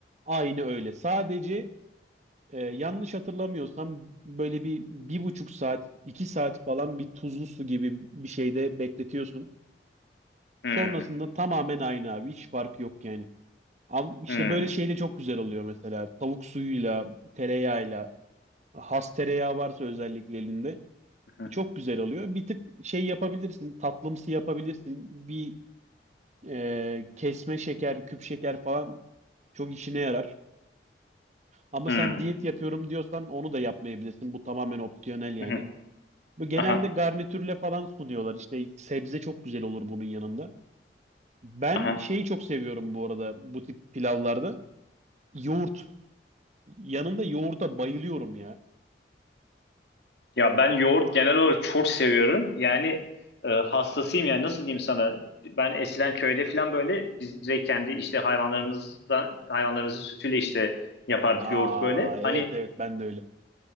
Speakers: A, on the right; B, on the left.
A: aynı öyle. Sadece e, yanlış hatırlamıyorsam böyle bir bir buçuk saat iki saat falan bir tuzlu su gibi bir şeyde bekletiyorsun.
B: Hmm,
A: Sonrasında tamamen aynı abi hiç farkı yok yani. Ama işte
B: hmm,
A: böyle şeyle çok güzel oluyor mesela. Tavuk suyuyla, tereyağıyla. Has tereyağı varsa özellikle elinde.
B: hmm.
A: e, Çok güzel oluyor. Bir tık şey yapabilirsin. Tatlımsı yapabilirsin. Bir e, kesme şeker, küp şeker falan çok işine yarar. Ama
B: hmm.
A: sen diyet yapıyorum diyorsan onu da yapmayabilirsin. Bu tamamen opsiyonel yani.
B: hmm.
A: Bu genelde
B: Aha,
A: garnitürle falan sunuyorlar. İşte sebze çok güzel olur bunun yanında. Ben
B: aha.
A: şeyi çok seviyorum bu arada bu tip pilavlarda. Yoğurt. Yanında yoğurda bayılıyorum ya.
B: Ya ben yoğurt genel olarak çok seviyorum. Yani e, hastasıyım yani nasıl diyeyim sana? Ben eskiden köyde falan böyle biz direkt kendi işte hayvanlarımızdan hayvanlarımızın sütüyle işte yapardık
A: Aa
B: yoğurt böyle. Hani
A: evet evet ben de öyle.